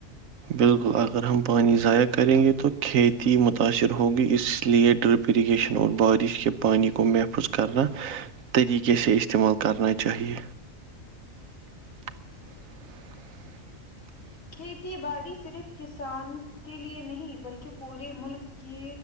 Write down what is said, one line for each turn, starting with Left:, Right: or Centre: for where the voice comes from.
Right: بالکل اگر ہم پانی ضائع کریں گے تو کھیتی متاثر ہوگی اس لیے ڈرپ اریگیشن اور بارش کے پانی کو محفوظ کرنا طریقے سے استعمال کرنا چاہیے <unintelligible>
Left: کھیتی باڑی صرف کسان کے لیے نہیں بلکہ پورے ملک کی